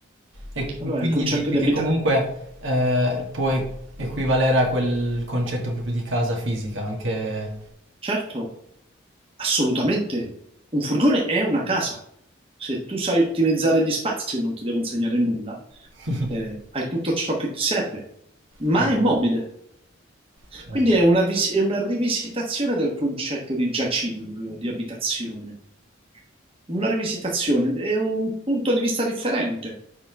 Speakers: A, on the right; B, on the right.
A: E
B: allora
A: quindi
B: il concetto
A: dici
B: di
A: che
B: abitare
A: comunque eh, può e- equivalere a quel concetto proprio di casa fisica, anche...
B: Certo, assolutamente. Un furgone è una casa. Se tu sai ottimizzare gli spazi e non ti devo insegnare nulla,
A: <laughs>
B: eh, hai tutto ciò che ti serve, ma
A: Beh,
B: è mobile.
A: sì, Certo.
B: Quindi è una, vis- è una rivisitazione del concetto di giaciglio, di abitazione. Una rivisitazione, è un punto di vista differente.